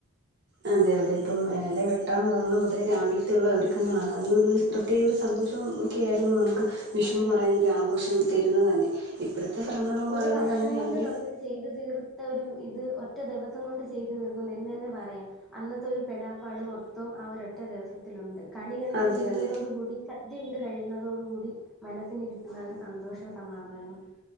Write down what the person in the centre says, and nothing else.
അതെ
അതെ
ഒരു
വർഷം
കൊണ്ട്
നമ്മൾ ചെയ്തു തീർത്ത ഒരു ഇത് ഒറ്റ ദിവസം കൊണ്ട് ചെയ്തു തീർക്കുന്നു എന്ന് തന്നെ പറയാം. അന്നത്തെ ഒരു പെടാപ്പാട് മൊത്തവും ആ ഒരൊറ്റ ദിവസത്തിലുണ്ട്. കണി കണ്ട്
തീരുന്നതോടു
കൂടി ച സദ്യയുണ്ട് കഴിയുന്നതോടുകൂടി മനസ്സിലിരിക്കുന്ന ആ ഒരു സന്തോഷവും സമാധാനവും.